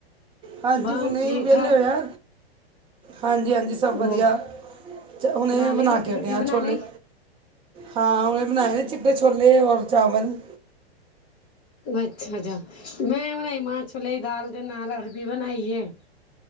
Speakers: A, on the right; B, on the left.
A: ਹਾਂਜੀ
B: ਬਸ
A: ਹੁਣੇ
B: ਠੀਕ
A: ਵਿਹਲੇ
B: ਠਾਕ
A: ਹੋਏ ਆ। ਹਾਂਜੀ -ਹਾਂਜੀ ਸਭ
B: ਉਹ
A: ਵਧੀਆ 'ਚ ਹੁਣੇ ਇਹ
B: ਲਈ
A: ਬਣਾ
B: ਰੋਟੀ
A: ਕੇ ਹੱਟਿਆ
B: ਰੋਟੀ ਬਣਾ
A: ਛੋਲੇ
B: ਲਈ
A: ਹਾਂ ਹੁਣੇ ਬਣਾਏ ਨ ਚਿੱਟੇ ਛੋਲੇ ਔਰ ਚਾਵਲ
B: ਅੱਛਾ -ਅੱਛਾ ਮੈਂ ਬਣਾਈ ਮਾਂਹ ਛੋਲੇ ਦੀ ਦਾਲ ਦੇ ਨਾਲ ਅਰਬੀ ਬਣਾਈ ਏ।